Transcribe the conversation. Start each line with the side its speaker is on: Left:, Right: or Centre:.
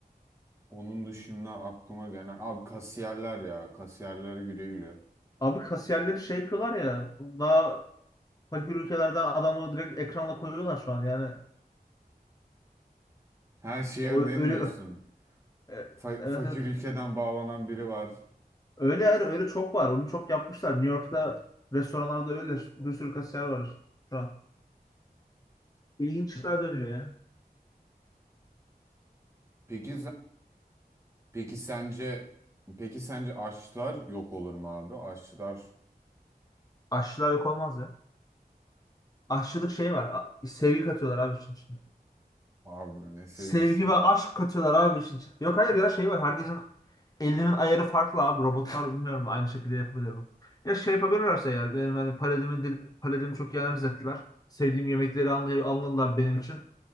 Right: Onun dışında aklıma gelen abi kasiyerler ya kasiyerlere güle güle.
Left: Abi kasiyerleri şey yapıyorlar ya daha fakir ülkelerden adamı direkt ekranla koyuyorlar şu an yani.
Right: Her şeye
Left: O,
Right: örneğin
Left: öyle
Right: diyorsun.
Left: e,
Right: Fa-
Left: evet
Right: fakir
Left: evet.
Right: ülkeden bağlanan biri var.
Left: Öyle yer öyle çok var. Onu çok yapmışlar. New York'ta restoranlarda öyle bir sürü kasiyer var şu an. İşler dönüyor ya.
Right: Peki se- peki sence peki sence aşçılar yok olur mu abi? Aşçılar
Left: Aşçılar yok olmaz ya. Aşçılık şey var. a- Sevgi katıyorlar abi işin içinde.
Right: abi ne sevgisi
Left: Sevgi
Right: ya.
Left: ve aşk katıyorlar abi işin içinde. Yok hayır ya şey var. Herkesin elinin ayarı farklı abi. Robotlar bilmiyorum aynı şekilde yapabilir mi? Ya şey yapabilirlerse eğer. Benim hani paladimi, dil, paletimi çok iyi analiz ettiler. Sevdiğim yemekleri anlay anladılar benim için.